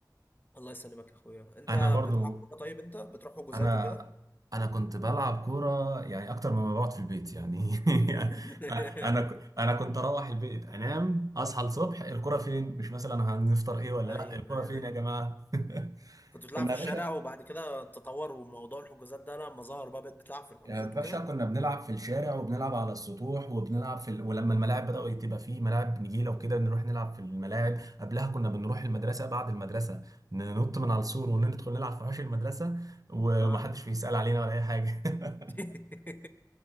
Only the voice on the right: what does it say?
انا برضو
انا
انا كنت بلعب كوره يعني اكتر مما بقعد في البيت يعني
<laughs> انا ك- انا كنت اروح البيت انام اصحى الصبح الكوره فين مش مثلا هنفطر ايه ولا
لا الكوره
فين
يا جماعه <laughs>
كنا
يا
باشا
يا باشا
كنا بنلعب في الشارع وبنلعب على السطوح وبنلعب في ال... ولما الملاعب بدأوا تبقى فيه ملاعب نجيله وكده نروح نلعب في الملاعب قبلها كنا بنروح المدرسه بعد المدرسه ننط من على السور وندخل نلعب في حوش المدرسه ومحدش
بيسأل علينا ولا اي حاجه <laughs>